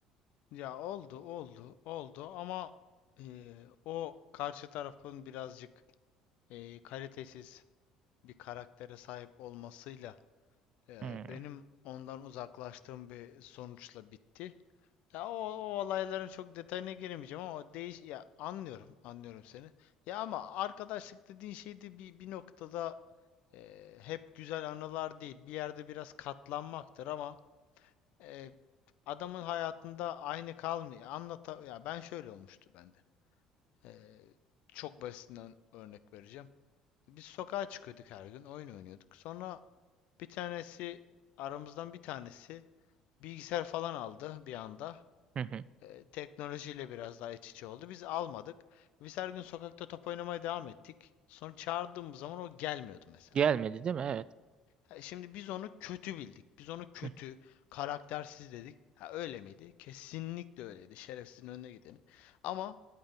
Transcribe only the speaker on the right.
Hmm,
Hı hı.
Gelmedi değil mi? Evet.
Hı